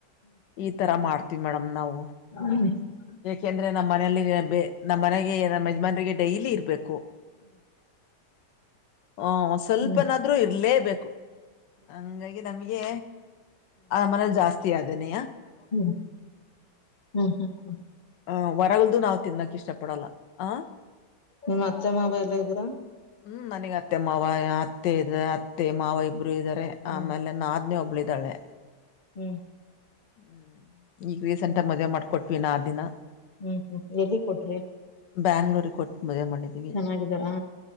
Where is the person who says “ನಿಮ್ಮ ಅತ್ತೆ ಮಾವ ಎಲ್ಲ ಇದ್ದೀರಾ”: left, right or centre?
Left